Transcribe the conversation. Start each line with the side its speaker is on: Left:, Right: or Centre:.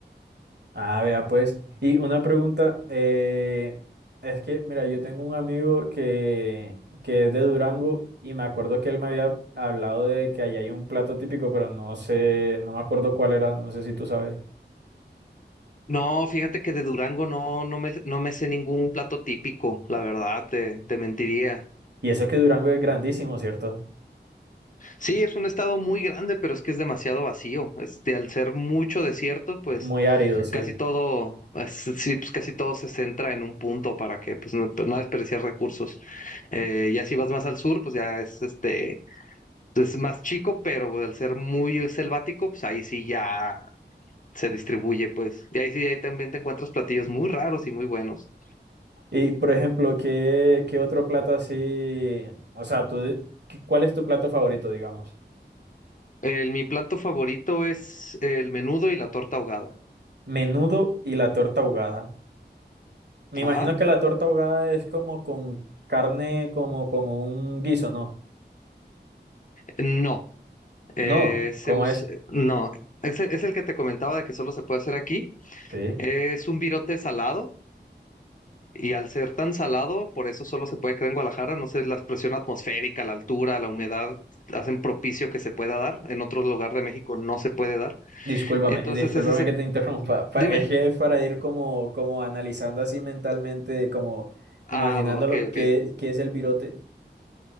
Right: Ah, vea, pues, y una pregunta, eh, es que, mira, yo tengo un amigo que, que es de Durango y me acuerdo que él me había hablado de que allá hay un plato típico, pero no sé, no me acuerdo cuál era, no sé si tú sabes.
Left: No, fíjate que de Durango no, no me, no me sé ningún plato típico, la verdad, te, te mentiría.
Right: Y eso que Durango es grandísimo, ¿cierto?
Left: Sí, es un estado muy grande, pero es que es demasiado vacío. Este, al ser mucho desierto, pues
Right: Muy árido, sí.
Left: casi todo, es- sí, pues casi todo se centra en un punto para que pues no, pues, no desperdiciar recursos. Eh, ya si vas más al sur, pues ya es este, pues, es más chico, pero al ser muy selvático, pues ahí sí ya se distribuye, pues. Y ahí sí, ahí también te encuentras platillos muy raros y muy buenos.
Right: Y por ejemplo, ¿qué, qué otro plato así? O sea, tú, de- ¿qué- ¿cuál es tu plato favorito, digamos?
Left: El, mi plato favorito es el menudo y la torta ahogada.
Right: Menudo y la torta ahogada. Me imagino
Left: Ajá.
Right: que la torta ahogada es como con carne, como con un guiso, ¿no?
Left: No, eh,
Right: No,
Left: se
Right: ¿cómo
Left: us-
Right: es?
Left: no, es el, es el que te comentaba de que solo se puede hacer aquí.
Right: Sí.
Left: Es un virote salado y al ser tan salado, por eso solo se puede crear en Guadalajara. No sé, la presión atmosférica, la altura, la humedad hacen propicio que se pueda dar. En otro lugar de México no se puede dar.
Right: Discúlpame,
Left: Entonces
Right: discúlpame
Left: es ese,
Right: que te interrumpa. Pa-
Left: dime.
Right: Es que es para ir como, como analizando así mentalmente, como
Left: Ah,
Right: imaginándolo,
Left: ok, ok.
Right: qué, qué es el virote